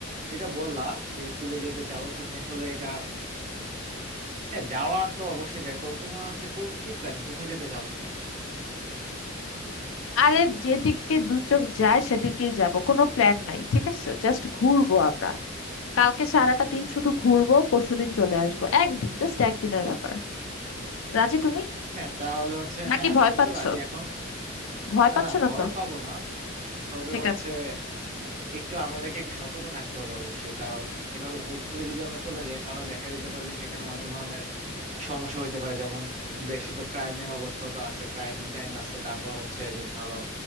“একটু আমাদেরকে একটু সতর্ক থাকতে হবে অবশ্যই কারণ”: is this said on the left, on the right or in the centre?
Right